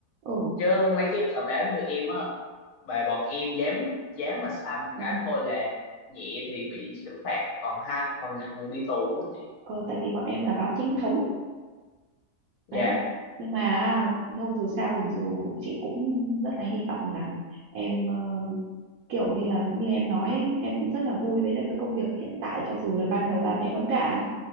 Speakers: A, on the right; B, on the left.
A: ừ
B: chứ mấy cái tờ báo như em á Bài bọn em dám dám mà sai một
A: ừ
B: cái thôi là nhẹ thì bị xử phạt còn hai còn nặng là đi tù luôn á chị
A: ờ, tại vì bọn em là báo chính thống
B: dạ
A: đấy nhưng mà thôi dù sao thì dù cũng chị cũng rất là hy vọng là em ờ, kiểu như là như em nói ấy, em cũng rất là vui với lại cái công việc hiện tại cho dù là ban đầu ba mẹ cấm cản